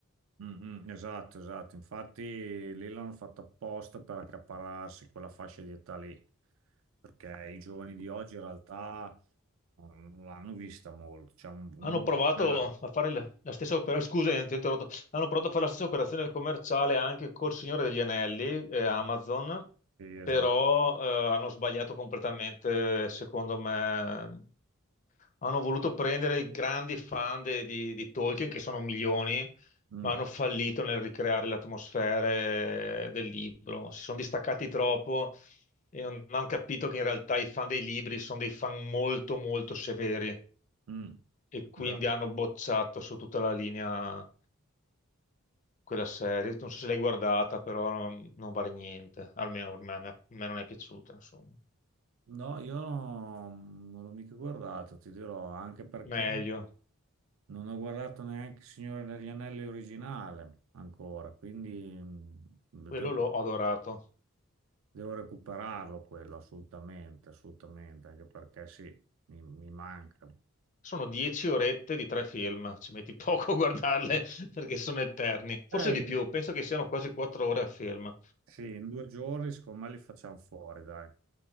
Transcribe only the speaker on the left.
Hanno provato
a fare la la stessa operazione, scusa, ti ho interrotto. Hanno provato a fare la stessa operazione commerciale anche col Signore degli Anelli, eh, Amazon,
però eh, hanno sbagliato completamente, secondo me. Hanno voluto prendere i grandi fan de- di, di Tolkien, che sono milioni,
ma hanno fallito nel ricreare le atmosfere del libro. Si sono distaccati troppo e non hanno capito che in realtà i fan dei libri sono dei fan molto, molto severi
e quindi
hanno bocciato su tutta la linea quella serie. Non so se l'hai guardata, però non, non vale niente. Almeno per me, a me, a me non è piaciuta, insomma.
Meglio,
quello
l'ho adorato.
Sono dieci orette di tre film, ci metti <laughs> poco a guardarle <laughs> perché sono eterni. Forse
di più, penso che siano quasi quattro ore a film.